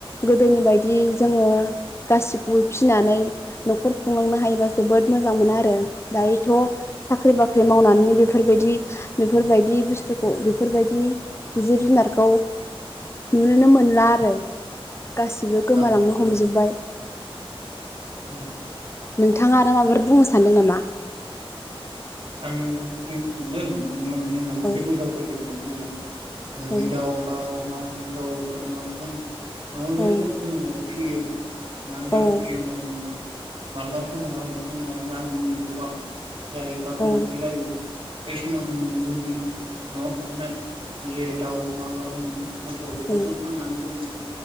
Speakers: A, on the left (about 25°); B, on the right (about 60°).
A: गोदोनि बायदि जोङो गासिखौबो फिसिनानै न'खर खुंलांनो हायोबा जोबोद मोजां मोनो आरो दायो थ' साख्रि बाख्रि मावनानै बेफोरबायदि बेफोरबायदि बुसथुखौ बेफोरबायदि जिब जुनारखौ नुनोनो मोनला आरो गासिबो गोमालांनो
B: औ
A: हमजोब्बाय।
B: उम
A: नोंथाङा आरो माबाफोर बुंनो सानदों नामा?
B: आं बुंनो सान्दों <unintelligible> आंनाबो
A: औ
B: एसे गोसोआव फैदो बेखौनो न'नि
A: औ
B: दाउ बा अमा, मोसौ, बोरमा जों न'आव अनेक
A: औ
B: जोङो फियो। मानि थाखाय
A: औ
B: फियो होमबा जोङो। मालाबा समावहाय जोंङो रांनि अभाब जायो। बा गोनांथि
A: औ
B: जायो, बे समाव जोंङो जोंनि न'आव थाखानाय जे दाउ, अमा बा जों मोसौ एफोरखौ
A: औ
B: फाननानै जों